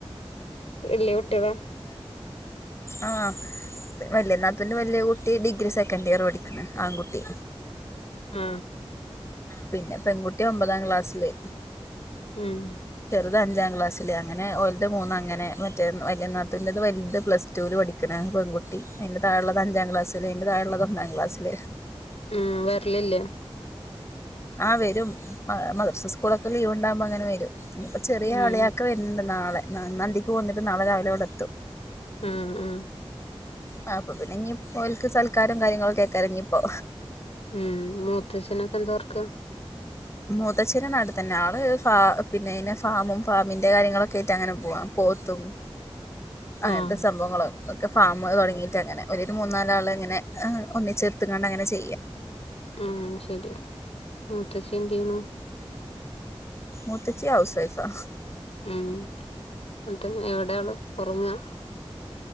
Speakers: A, on the left; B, on the left.
A: വല്യ കുട്ടിആ ളാ
B: ആ വല്യ നാത്തൂൻ്റെ വല്യ കുട്ടി ഡിഗ്രി സെക്കൻഡിയറ്പഠിക്കുന്നു ആൺകുട്ടി
A: ആ
B: പിന്നെ പെൺകുട്ടി ഒമ്പതാം ക്ലാസ്സില്
A: ഉം
B: അത് അഞ്ചാം ക്ലാസില് അങ്ങനെ ഓലത് മൂന്ന അങ്ങന മറ്റേ വലിയ നാത്തൂൻ്റെത് വലുത് പ്ലസ് ടുവിൽ പഠിക്കണെ പെൺകുട്ടി അതിൻ്റെ താഴെ ഉള്ളത് അഞ്ചാം ക്ലാസിൽ അതിൻ്റെ താഴുള്ളത് ഒന്നാം ക്ലാസിൽ
A: ആ വെരലില്ലേ
B: ആ വരും മദ്രസും സ്കൂളൊക്കെ ലീവ് ഉണ്ടാവുമ്പോ അങ്ങനെ വരും പ്പൊ ചെറിയ
A: ഉം
B: അളിയാക്ക വരുന്നുണ്ട് നാളെ ന്ന് അന്തിക്ക് പോന്നിട്ട് നാളെ രാവിലെ ഇവിടെത്തും
A: ആ ആ
B: ആ അപ്പൊ പിന്നെ ഓൽക്ക് സൽക്കാരം കാര്യങ്ങളൊക്കെ ആക്കരം ഇഞ്ഞിപ്പോ
A: ഉം മൂത്തച്ഛനൊക്കെ എന്താ വർക്ക്
B: മൂത്തച്ഛന് നാട്ടിതന്നെ ആള് ഫ പിന്നെ ഫാമും ഫാമിന്റെ കാര്യങ്ങളൊക്കെ ആയിട്ട് അങ്ങനെ പോവണ് പോത്തും അങ്ങനത്തെ
A: ആഹ്
B: സംഭവങ്ങളുംക്കെ ഫാമ് തുടങ്ങിയിട്ട് അങ്ങനെ ഒരു മൂന്നനാലാള് ഇങ്ങനെ ഒന്നിച്ചെടുത്ത്ങ്ങാണ്ട് അങ്ങനെ ചെയ്യാം
A: ആ ശരി മൂത്തച്ചി എന്ത് ചെയ്യന്നു
B: മൂത്തച്ചി ഹൗസ് വൈഫ് ആ
A: ഉം ന്നിട്ട് എവിടെ ആള് ഉറങ്ങാ